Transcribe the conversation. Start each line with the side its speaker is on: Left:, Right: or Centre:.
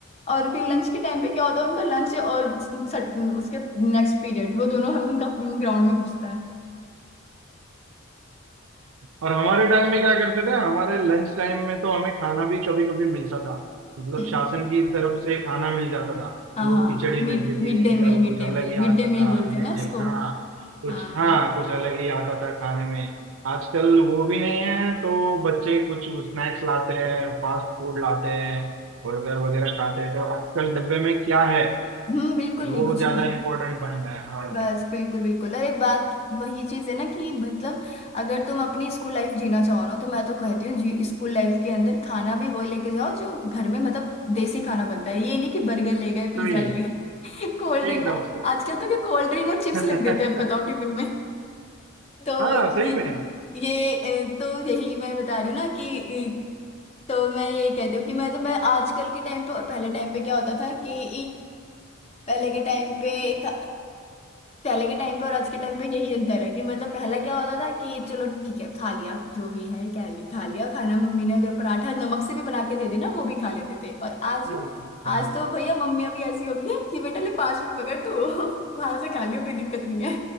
Left: और फिर लंच के टाइम पे क्या होता है उनका लंच और सट, उसके नेक्स्ट पीरियड वो दोनों उनका ग्राउंड में घुसता है
Right: और हमारे टाइम में क्या करते थे हमारे लंच टाइम में तो हमें खाना भी कभी कभी मिलता था मतलब
Left: हम्म,
Right: शासन की तरफ से खाना मिल जाता था
Left: हाँ
Right: वो
Left: हाँ
Right: खिचड़ी
Left: mid
Right: मिलती थी
Left: mid day meal
Right: कल
Left: mid
Right: कुछ
Left: day meal
Right: अलग ही
Left: mid
Right: आता
Left: day meal
Right: था
Left: बोलते
Right: मीठे
Left: हैं ना उसको
Right: में हाँ कुछ
Left: हाँ
Right: हाँ कुछ अलग ही आता था खाने में आजकल वो भी नहीं है तो बच्चे कुछ स्नैक्स लाते हैं फास्ट फूड लाते हैं बर्गर वगैरह खाते हैं तो आजकल डब्बे में क्या है
Left: हम्म बिल्कुल
Right: वो
Left: नहीं कुछ
Right: ज्यादा
Left: नहीं है
Right: इम्पोर्टेंट बन गया है हाँ
Left: बस बिल्कुल बिल्कुल अरे बात वही चीज है ना कि मतलब अगर तुम अपनी स्कूल लाइफ जीना चाहो ना तो मैं तो कहती हूँ जी स्कूल लाइफ के अंदर खाना भी वही लेके जाओ जो घर में मतलब देसी खाना बनता है ये नहीं कि बर्गर ले गए पिज्जा
Right: सही
Left: ले
Right: है,
Left: गए <laughs> कोल्ड ड्रिंक
Right: एकदम सही
Left: आजकल तो क्या कोल्ड ड्रिंक और चिप्स
Right: <laughs>
Left: लग देते हैं बताओ टिफिन में <laughs> तो
Right: हाँ सही
Left: ये
Right: में
Left: ये अ, तो यही मैं बता रही हूँ ना कि अ, तो मैं यही कहती हूँ कि मैं तो मैं आजकल के टाइम पे और पहले टाइम पे क्या होता था कि पहले के टाइम पे एक पहले के टाइम पे और आज के टाइम पे यही अंतर है कि मतलब पहला क्या होता था कि चलो ठीक है खा लिया जो भी है क्या लि- खा लिया खाना मम्मी ने अगर पराठा नमक से भी बना के दे देना वो भी खा लेते थे और आज
Right: हाँ कहाँ
Left: आज तो
Right: भी
Left: भैया मम्मियां भी ऐसी हो गई हैं कि बेटा ले पांच रुपए पकड़ तू <laughs> बाहर से खा लियो कोई दिक्कत नहीं है